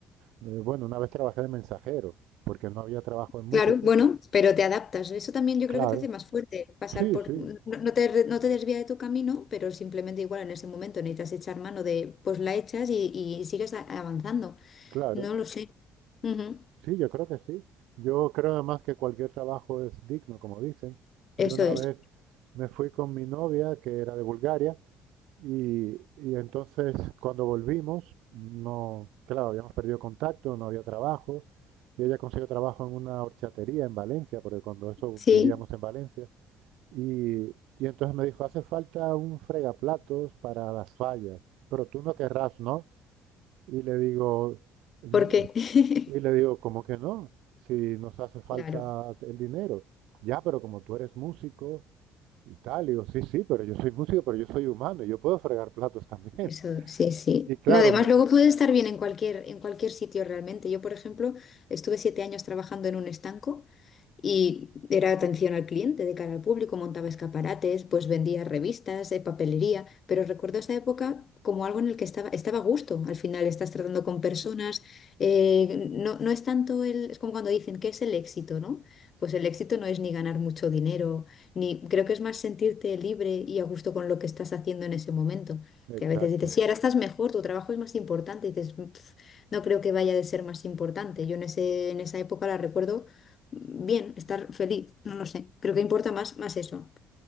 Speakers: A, on the right; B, on the left.
A: bueno, una vez trabajé de mensajero, porque no había trabajo en música.
B: Claro, bueno, pero te adaptas. Eso también yo
A: Claro,
B: creo que te hace más fuerte, pasar
A: sí,
B: por...
A: sí,
B: No, no te, re- no te desvía de tu camino, pero simplemente igual en ese momento necesitas echar mano de, pues la echas y, y sigues a- avanzando.
A: claro.
B: No lo sé. Ujú.
A: Sí, yo creo que sí. Yo creo además que cualquier trabajo es digno, como dicen. Yo
B: Eso
A: una
B: es.
A: vez me fui con mi novia, que era de Bulgaria, y, y entonces cuando volvimos, no, claro, habíamos perdido contacto, no había trabajo, y ella consiguió trabajo en una horchatería en Valencia, porque cuando eso
B: Sí,
A: vivíamos en Valencia, y, y entonces me dijo, hace falta un fregaplatos para las fallas, pero tú no querrás, ¿no? Y le digo, "N-
B: ¿por qué?
A: eh,
B: <laughs>
A: y le digo, ¿cómo que no? Si nos hace falta
B: Claro,
A: el dinero. Ya, pero como tú eres músico y tal, digo, sí, sí, pero yo soy músico, pero yo soy humano y yo puedo fregar platos también.
B: eso
A: <laughs>
B: sí, sí.
A: Y claro,
B: No, además
A: no-
B: luego puedes estar bien en cualquier, en cualquier sitio realmente. Yo, por ejemplo, estuve siete años trabajando en un estanco. Y era atención al cliente, de cara al público, montaba escaparates, pues vendía revistas, eh, papelería, pero recuerdo esa época como algo en el que estaba, estaba a gusto. Al final estás tratando con personas, eh, no, no es tanto el, es como cuando dicen, ¿qué es el éxito, no? Pues el éxito no es ni ganar mucho dinero, ni creo que es más sentirte libre y a gusto con lo que estás haciendo en ese momento.
A: exacto.
B: Que a veces dices, sí, ahora estás mejor, tu trabajo es más importante, y dices, "Pf, no creo que vaya de ser más importante. Yo en ese, en esa época la recuerdo bien, estar feliz, no lo sé. Creo que importa más, más eso.